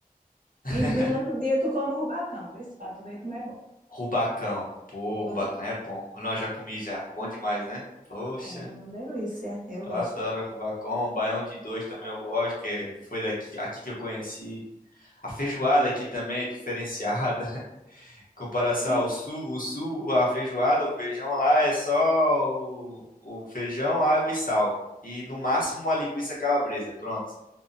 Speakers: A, on the left; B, on the right.
A: <laughs>
B: E durante o dia tu come o rubacão, viu? Pra tu ver como é bom.
A: Rubacão. Pô, rubacão
B: Ou
A: é bom. Não, já comi já. Bom demais, né? Poxa,
B: É uma delícia. Eu
A: eu
B: gosto.
A: adoro rubacão. Baião de dois também eu gosto, que foi daqui, aqui que eu conheci. A feijoada aqui também é diferenciada. <laughs> Em comparação
B: E,
A: ao sul, o sul, a feijoada, o feijão lá é só o, o feijão, água e sal. E no máximo uma linguiça calabresa. Pronto.